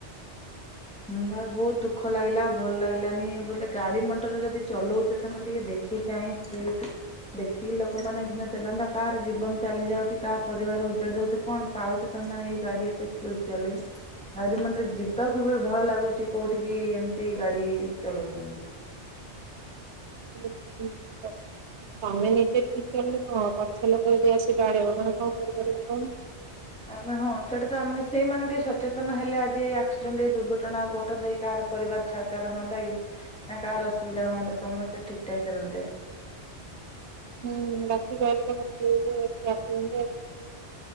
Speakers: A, in the centre; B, on the right.
A: ହ ବା ବହୁତ ଦୁଃଖ ଲାଗିଲା ଭଲ ଲାଗିଲାନି ବୋଲି ଗାଡି ମଟରରେ ଯଦି ଚଲଉଛ ତମେ ଟିକେ ଦେଖି ଚାହିଁ ସ୍ପିଡ ଦେଖିକି ଲୋକମାନେ ଏ ସିନା ଚଲାନ୍ତା କାହାର ଜୀବନ ଚାଲି ଯାଉଛି, କାହା ପରିବାର ଉଜାଡି ଦଉଛ, କଣ ପାଉଛ ତମେ ମାନେ ଏଇ ଗାଡି ଏତେ ସ୍ପିଡ ଚଲେଇ, ଗାଡି ମଟର ଯିବାକୁ ବି ଭଲ ଲାଗୁଛି କୋଉଠିକି ଏମିତି ଗାଡି ଚଲାଉଛନ୍ତି ଯେ?
B: <inaudible> ତମେ ନିଜେ ଠିକ ଚଲେଇଲେ କଣ ହବ ପଛ ଲୋକ ଯଦି ଆସି ବାଡେଇବ ତମେ କଣ କରିପାରିବ କହୁନ।
A: ଆମେ ହଁ ସେଇଟା ତ ଆମ ସେଇମାନେ ଟିକେ ସଚେତନ ହେଲେ ଆଜି ଏଇ ଆକ୍ସିଡେଣ୍ଟ ଏଇ ଦୁର୍ଘଟଣା ଘଟନ୍ତା କି, କାହାର ପରିବାର ଛାରକାର ହୁଅନ୍ତା କି, ନା କାହାର ଅସୁବିଧା ହୁଅନ୍ତା, ସମସ୍ତେ ଠିକ ଠାକ୍ ଚାଲନ୍ତେ।
B: ହୁଁ ରାତି କହିଲ